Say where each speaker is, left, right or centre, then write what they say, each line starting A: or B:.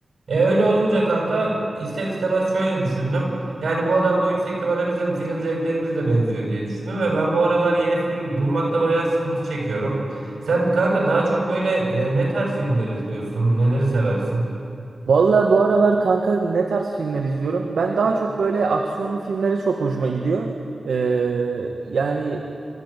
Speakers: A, on the right; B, on the right.
A: E öyle olunca kanka ister istemez şöyle düşündüm. Yani bu adamla yüksek ihtimalle bizim film zevklerimiz de benziyor diye düşündüm ve ben bu aralar yeni film bulmakta bayağı sıkıntı çekiyorum. Sen kanka daha çok böyle e, ne tarz filmler izliyorsun? Neleri seversin?
B: Vallahi bu aralar kanka ne tarz filmler izliyorum? Ben daha çok böyle aksiyonlu filmleri çok hoşuma gidiyor. Ee, yani